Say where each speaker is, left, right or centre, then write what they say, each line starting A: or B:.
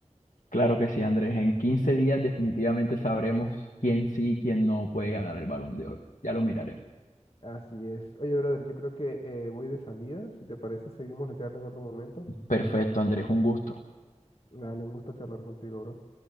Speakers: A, on the left (about 85°); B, on the left (about 50°).
A: Claro que sí, Andrés. En 15 días definitivamente sabremos quién sí y quién no puede ganar el Balón de Oro. Ya lo miraremos.
B: Así es. Oye, brother, yo creo que eh, voy de salida. Si te parece, seguimos la charla en otro momento.
A: Perfecto, Andrés, un gusto.
B: Dale, un gusto charlar contigo, bro.